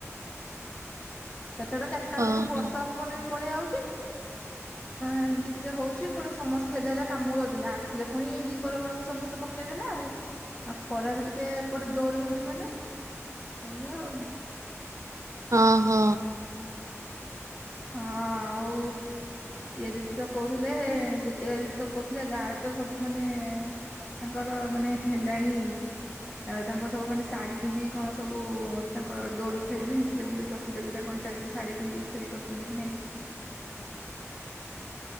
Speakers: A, on the left; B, on the right.
A: ସେତଟା ଚାରଟା ବେଳକୁ
B: ଓହୋ
A: ବର୍ଷା ପବନ ବି ପଳେଇ ଆଉଛି। ଆଉ ଏମିତି ଟିକେ ହଉଛି ପୁଣି ସମସ୍ତେ ସେ ଯେଝା ଯେଝା କାମକୁ ଯାଉଛନ୍ତି ।ଆସିଲେ ପୁଣି ଦି ପହର ବେଳକୁ ସମସ୍ତେ ପକେଇବେ ନା ଆଉ ଆଉ ଖରା ବି ଟିକେ ଏପଟେ ଜୋର ହଉଛି ମାନେ ସେଇଆ ଆଉ।
B: ହ ହୋ।
A: ହଁ ଆଉ ଇଏ ଦିଦି ତ କହୁଥିଲେ ଜୋତିକା ଦିଦି ତ କହୁଥିଲେ ଗାଁ ରେ ତ ସବୁ ମାନେ ତାଙ୍କର ମାନେ ହେଲାଣି ତାଙ୍କର ସବୁ ମାନେ ଶାଢୀ ପିନ୍ଧିକି କଣ ସବୁ ତାଙ୍କର ଦୋଳି ଖେଳିବେ। ସେମିତି ପ୍ରତିଯୋଗିତା କଣ ଚାଲିଛି ଶାଢୀ ପିନ୍ଧିକି ଖେଳି <inaudible>